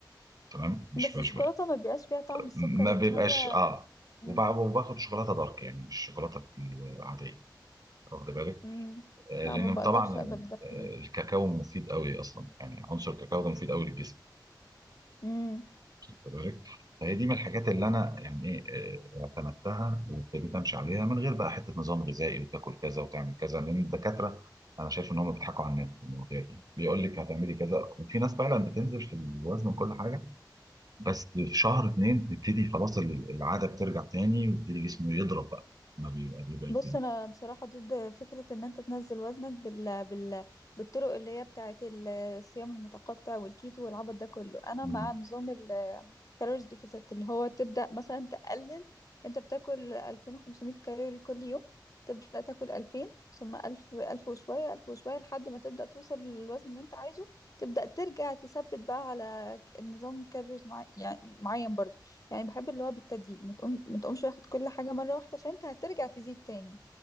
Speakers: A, on the right (about 55°); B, on the left (about 50°).
A: تمام؟ مش
B: بس
A: مش
B: الشوكولاتة
A: ب-
B: ما بيبقاش فيها طعم السكر
A: ما بيبقاش
B: اللي هو
A: آه وبع-
B: امم
A: وباخد شوكولاتة دارك يعني مش الشوكولاتة العادية واخد بالك؟
B: امم
A: آه،
B: لا
A: لأن
B: ما بقدرش
A: طبعا
B: اقبل
A: ال-
B: ده
A: آه،
B: دي
A: الكاكاو مفيد قوي أصلا يعني عنصر الكاكاو ده مفيد قوي للجسم.
B: امم
A: خد بالك فهي دي من الحاجات اللي انا يعني ايه آه، اعتمدتها وابتديت امشي عليها من غير بقى حته نظام غذائي وتاكل كذا وتعمل كذا لان الدكاتره انا شايف ان هم بيضحكوا على الناس في المواضيع دي بيقول لك هتعملي كذا وفي ناس فعلا بتنزل في الوزن وكل حاجه بس في شهر اتنين بيبتدي خلاص ال- العاده بترجع تاني ويبتدي جسمه يضرب بقى ما بيبقى بيبقى
B: بص انا بصراحه ضد فكره ان انت تنزل وزنك بال... بال... بالطرق اللي هي بتاعه ال- الصيام المتقطع والكيتو والعبط ده كله انا
A: مم.
B: مع نظام الكالوريز ديفيسيت اللي هو تبدا مثلا تقلل انت بتاكل 2500 كالوري كل يوم تبدا تاكل 2000 ثم 1000 1000 وشويه 1000 وشويه لحد ما تبدا توصل للوزن اللي انت عايزه تبدا ترجع تثبت بقى على نظام كالوريز معين يعني معين برضه يعني بحب اللي هو بالتدريج ما تقوم ما تقومش واخد كل حاجة مرة واحدة عشان انت هترجع تزيد تاني